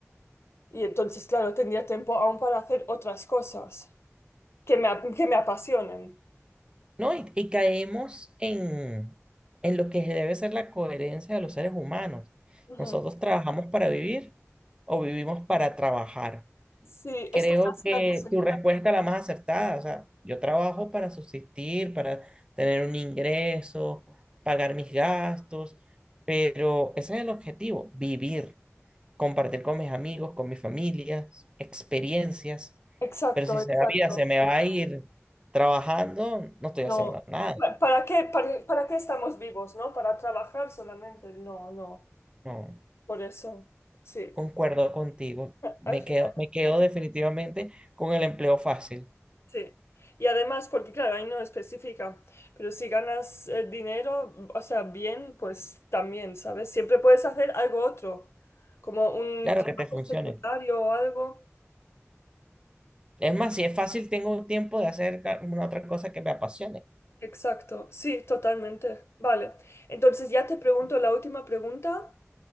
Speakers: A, on the left; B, on the right.
A: y entonces, claro, tendría tiempo aún para hacer otras cosas que me, ap- que me apasionen.
B: ¿No? Y, y caemos en, en lo que debe ser la coherencia de los seres humanos.
A: Ujú.
B: Nosotros trabajamos para vivir o vivimos para trabajar.
A: Sí,
B: Creo
A: esta frase
B: que
A: la dicen
B: tu
A: mucho.
B: respuesta es la más acertada. O sea, yo trabajo para subsistir, para tener un ingreso, pagar mis gastos, pero ese es el objetivo, vivir. compartir con mis amigos, con mi familia, experiencias,
A: Exacto,
B: pero si se-
A: exacto.
B: la vida se me va a ir trabajando, no estoy
A: No.
B: haciendo nada.
A: Pa- ¿Para qué, para, para qué estamos vivos, no? ¿Para trabajar solamente? No, no.
B: No,
A: Por eso, sí,
B: concuerdo contigo. Me
A: al final,
B: quedo, me quedo definitivamente con el empleo fácil.
A: sí. Y además, porque claro, ahí no especifica, pero si ganas eh, dinero, o sea, bien, pues también, ¿sabes? Siempre puedes hacer algo otro, como un
B: Claro
A: trabajo
B: que te funcione.
A: secundario o algo.
B: Es más, si es fácil, tengo tiempo de hacer ca- una otra cosa que me apasione.
A: Exacto, sí, totalmente. Vale, entonces ya te pregunto la última pregunta